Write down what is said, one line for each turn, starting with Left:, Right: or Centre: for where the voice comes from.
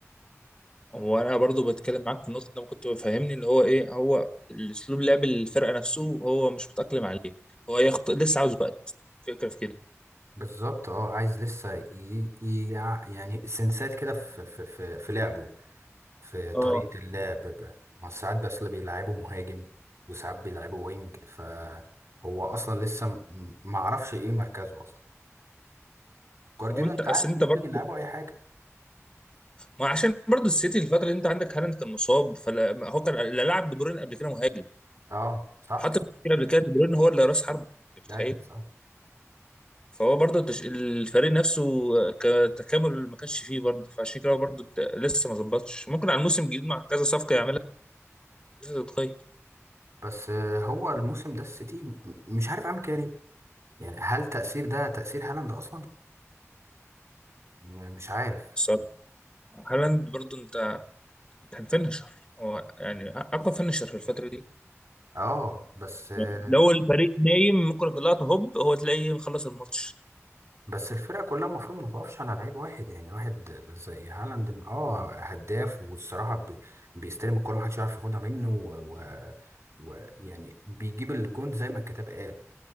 Left: هو انا برضو بتكلم معاك في نقطه لما كنت بفهمني اللي هو ايه هو الاسلوب لعب الفرقه نفسه هو مش متاقلم عليه هو يخط... لسه عاوز وقت فكره في
Right: بالظبط اه عايز لسه ي... ي... يعني سنسات كده في في في في لعبه في
Left: كده
Right: طريقه اللعب ب- ما ساعات بس اللي بيلعبه مهاجم وساعات بيلعبه وينج فهو اصلا لسه م- ما اعرفش ايه مركزه اصلا جوارديولا
Left: هو انت
Right: انت
Left: اصل
Right: عارف
Left: انت
Right: ممكن
Left: برضه
Right: يلعبه اي حاجه
Left: ما عشان برضه السيتي الفتره دي انت عندك هالاند كان مصاب فلا ما هو كان لا لعب بدورين قبل كده مهاجم
Right: اه صح
Left: حتى في المشكله قبل كده بدورين هو اللي راس حربه انت متخيل
Right: ايوه صح
Left: فهو برضه التش... الفريق نفسه كتكامل ما كانش فيه برضه فعشان كده هو برضه الت- لسه ما ظبطش ممكن على الموسم الجديد مع كذا صفقه يعملها لسه تتغير
Right: بس آه، هو الموسم ده السيتي م- مش عارف عامل كده ليه يعني هل تأثير ده تأثير هالاند أصلا م- مش عارف
Left: الصراحه هالاند برضه انت كان فينشر هو يعني اقوى فينشر في الفتره دي
Right: اه بس آه،
Left: يعني لو الفريق نايم ممكن في اللقطه هوب هو تلاقيه مخلص الماتش
Right: بس الفرقة كلها المفروض ما توقفش على لعيب واحد يعني واحد زي هالاند اه هداف والصراحة بي- بيستلم الكورة محدش يعرف ياخدها منه ويعني و... و- يعني بيجيب الجون زي ما الكتاب قال